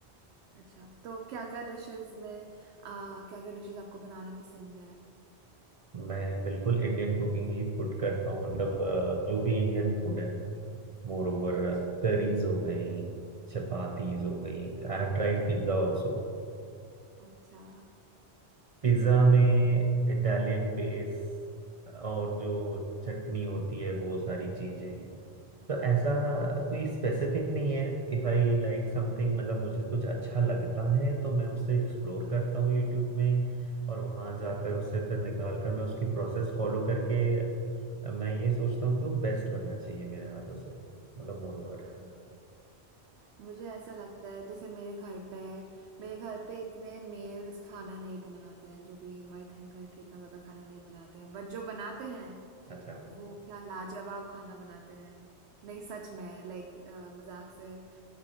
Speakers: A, on the right; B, on the right.
A: अच्छा तो क्या क्या डिशेस में आ, क्या क्या डिशेस आपको बनाना पसंद है
B: मैं बिल्कुल इंडियन कुकिंग ही फूड करता हूँ मतलब uh, जो भी इंडियन फूड है मोर ओवर
A: अच्छा
B: तरीज हो गई चपातीज हो गई I have tried pizza also
A: अच्छा
B: Pizza में इटालियन बेस और जो चटनी होती है वो सारी चीजें तो ऐसा
A: हाँ
B: कोई स्पेसिफिक नहीं है इफ आई लाइक समथिंग मतलब मुझे कुछ अच्छा लगता है तो मैं उसे एक्सप्लोर करता हूँ यूट्यूब में और वहां जाकर उसे फिर निकाल कर मैं उसकी प्रोसेस फॉलो करके मैं ये सोचता हूँ कि वो बेस्ट बनना चाहिए मेरे हाथों से मतलब मोर ओवर
A: हाँ मुझे ऐसा लगता है जैसे मेरे घर पे मेरे घर पे इतने मेल्स खाना नहीं बनाते हैं जो भी मर्द हैं घर के इतना ज्यादा खाना नहीं बनाते हैं बट जो बनाते हैं
B: अच्छा
A: वो क्या लाजवाब खाना बनाते हैं नहीं सच में लाइक मजाक से अ,